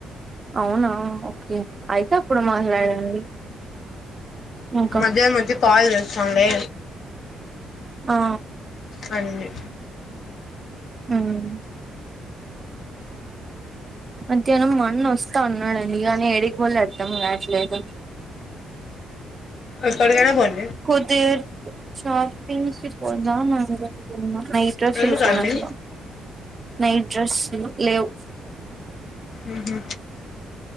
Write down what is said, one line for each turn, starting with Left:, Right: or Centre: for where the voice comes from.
Right: అవునా ఓకే అయితే అప్పుడు మాట్లాడండి ఇంకా
Left: మధ్య మధ్య కాల్ చేస్తాంలే
Right: ఆ
Left: రండి
Right: ఉమ్ మధ్యానం మన్న వోస్తా అన్నడని గానీ ఏడికిపోళో అర్దమ్ కావట్లేదు
Left: ఎక్కడి కైన బోం
Right: కుదిర్ షాపింగ్ కి పోందా అన్ కుంటున్న నైట్ డ్రసులు
Left: ఎందుకండి
Right: కొనాల నైట్ డ్రసు లు లేవు
Left: ఉహు